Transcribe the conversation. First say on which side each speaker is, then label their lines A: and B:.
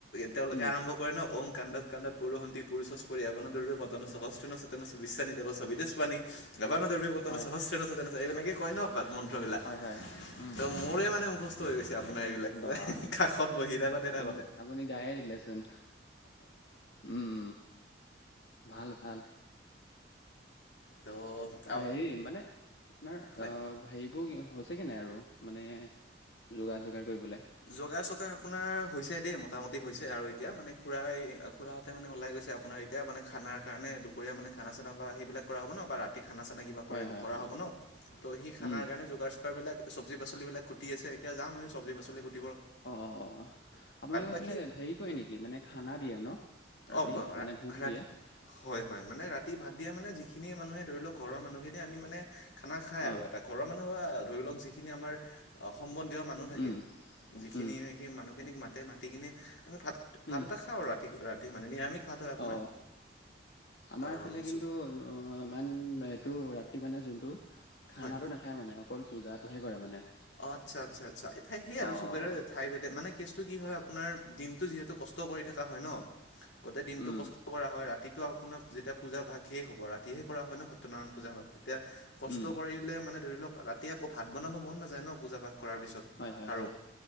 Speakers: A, on the left; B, on the left.
A: তেওঁলোকে
B: উম
A: আৰম্ভ- <unintelligible> <unintelligible>
B: হয়
A: এনেকে কয় ন এপাল মন্ত্ৰবিলাক
B: হয় হয় উম
A: ত মোৰে মানে মুখস্থ- হৈ গৈছে আপোনাৰ এইবিলাক
B: বা
A: কাষত বহি থাকোঁতে
B: আপুনি
A: থাকোঁতে।
B: আপুনি গায়ে দিলেচোন, উম ভাল ভাল।
A: ত'
B: হে
A: আ
B: মানে আপোনাৰ
A: হয়।
B: অ হেৰিবোৰ হৈছেগৈ নাই আৰু মানে যোগা যোগাৰ কৰিবলে?
A: জোগাৰ চোগাৰ আপোনাৰ হৈছে দেই মোটামুটি হৈছে আৰু এতিয়া মানে খুৰা আ খুৰাহঁতে মানে ওলাই গৈছে আপোনাৰ এতিয়া মানে খানা কাৰণে, দুপৰীয়া মানে খানা চানা সেইবিলাক কৰা হ'ব ন বাৰাত খানা চানা কিবা কৰি
B: হয় হয়
A: কৰা
B: হয়
A: হ'ব ন, তো সেই খানাৰ
B: উম
A: কাৰণে যোগাৰ চোগাৰবিলাক। চবজি পাচলি বিলাক কুটি আছে, এতিয়া যামহে চবজি পাচলি কুটি-
B: অঁ অঁ আপোনালোকে
A: বাকী
B: এইফালে হেৰি কৰে নেকি মানে খানা দিয়ে ন।
A: অ'
B: ৰাতি
A: ব ৰা
B: মানে ভোক
A: ৰাতি
B: দিয়ে।
A: হয় হয় মানে ৰাতি ভাত দিয়া মানে যিখিনি মানুহে ধৰি লওঁক ঘৰৰ মানুহখিনি আমি মানে খানা খাই
B: অ',
A: আৰু এটা। ঘৰৰ মানুহ বা ধৰি লওঁক যিখিনি আমাৰ সম্বন্ধীয় মানুহ থাকে।
B: উম,
A: যিখিনি
B: উম,
A: সেই মানুহখিনিক মাতে মাতি কিনে আমি ভাত ভাত
B: উম,
A: দুটা খাওঁ ৰাতি ৰাতি, মানে নিৰামিষ ভাত হয় আপোনাৰ
B: অ আমাৰ
A: অ'
B: ফালে কিন্তু
A: চু
B: অ ই‌ ইমান এইটো ৰাতি মানে যোনটো খানাটো
A: হয়
B: ন, হে মানে অকল পূজাটোহে কৰে মানে।
A: আচ্ছা আচ্ছা আচ্ছা এইঠাই সেই আৰু
B: অ',
A: সবৰে ঠাই ভেদে মানে। কেচটো কি হয় আপোনাৰ দিনটো যিহু কষ্ট কৰি থ হয় ন। গোটেই দিনটো
B: উম,
A: কষ্ট কৰা হয় ৰা, তো আপোনাৰ যেতিয়া পূজা ভাগ সেই হ'ব ৰাত, ৰাতিহে কৰা হয় ন সত্য নাৰায়ণ পূজা ভাগ তেতিয়া কষ্ট
B: উম,
A: কৰিলে মানে ধৰি লওক ৰাতি আকৌ ভাত বনাব মন নাযায়। ন, পূজা ভাগ কৰা পিছত
B: হয়, হয়,
A: কাৰো।
B: হয়,